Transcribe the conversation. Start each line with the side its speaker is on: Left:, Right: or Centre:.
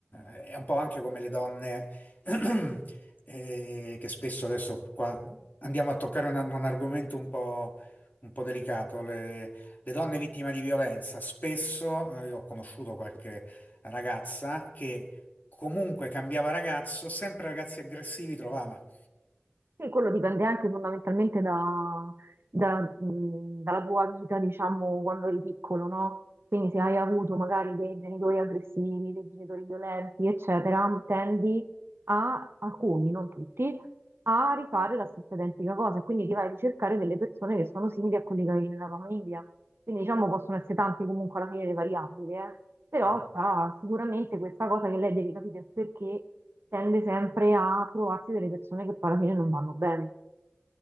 Left: eh, è un po' anche come le donne <clears throat> eh, che spesso adesso qua andiamo a toccare un, un argomento un po', un po' delicato, le, le donne vittime di violenza. Spesso eh, io ho conosciuto qualche ragazza che comunque cambiava ragazzo, sempre ragazzi aggressivi trovava.
Right: Sì, quello dipende anche fondamentalmente da- da, mh, dalla tua vita, diciamo, quando eri piccolo, no? Quindi se hai avuto magari dei genitori aggressivi, dei genitori violenti, eccetera, tendi a, alcuni, non tutti, a rifare la stessa identica cosa, quindi ti vai a ricercare delle persone che sono simili a quelli che avevi nella tua famiglia. Quindi diciamo possono essere tante comunque alla fine le variabili, eh. Però
Left: Mm,
Right: c'ha sicuramente questa cosa che lei deve capire il perché tende sempre a trovarsi delle persone che poi alla fine non vanno bene.